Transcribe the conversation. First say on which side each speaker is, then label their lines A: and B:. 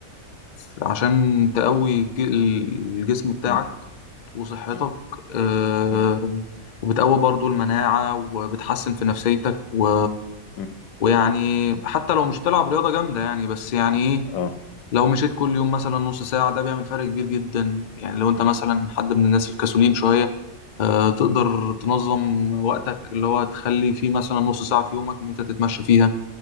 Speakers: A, on the left; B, on the left.
A: في- عشان تقوي ج- الجسم بتاعك
B: مم،
A: وصحتك
B: مم،
A: آه،
B: مم،
A: وبتقوي برضو المناعة وبتحسن في نفسيتك و...
B: مم،
A: ويعني حتى لو مش بتلعب رياضة جامدة يعني بس يعني إيه،
B: آه
A: لو مشيت كل يوم مثلا نص ساعة ده بيعمل فرق كبير جدا يعني لو انت
B: مم،
A: مثلا حد من الناس الكسولين شوية آه، تقدر تنظم وقتك اللي هو تخلي فيه مثلا نص ساعة في يومك ان انت تتمشى فيها